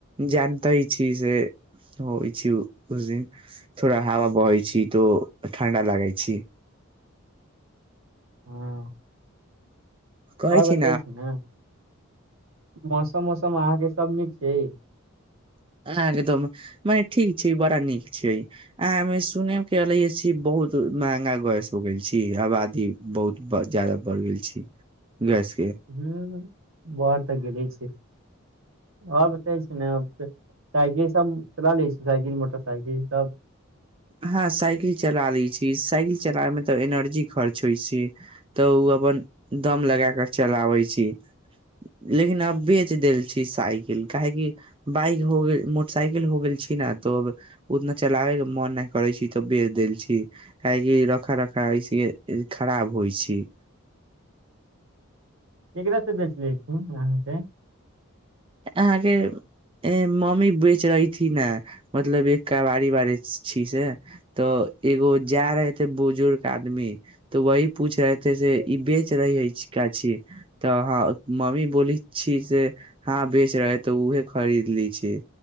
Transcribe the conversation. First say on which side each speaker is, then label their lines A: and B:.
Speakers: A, on the right; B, on the right.
A: जान <unintelligible> तै छी से होइ छी उस दिन थोड़ा हवा बहै छी तो ठण्डा लागै छी
B: हँ
A: कहै
B: आओर
A: छी
B: बतै छै ने मौसम मौसम आ के सब नीक छै
A: एकदम मने ठीक छै बड़ा नीक छै आमे सुने ख ली बहुत महंगा गयस हो गेल छी आबादी बहुत ज्यादा बढ़ गेल छी गैस के
B: हू बर तऽ गेले छई आओर बै छै ने साइकिल सब चला लै छै <unintelligible> साइकिल मोटरसाइकिल सब
A: हँ साइकिल चला लै छी साइकिल चलावे में तऽ एनर्जी खर्च होइ छी तऽ उ अपन दम लगा के चलावे छी लेकिन अब बेच देल छी साइकिल काहे कि बाइक हो गेल मोटरसाइकिल हो गेल छी न तो अब उतना चलाबे के मन ह करै छी तऽ बेच देल छी काहे कि रखा रखा ऐसे खराब होइ छी
B: ककरासँ बेच लै छी अहाँके
A: अहाँके--ऐ मम्मी बेच रही थी ना मतलब एक कबारी बारी छी से तऽ एगो जा रहे थे बुजुर्ग आदमी तऽ वही पूछ रहे थे से ई बेच रहीछ है का छि तऽ मामी बोलैछी जे हँ बेच रहे है तऽ उहे खरीद लैइ छी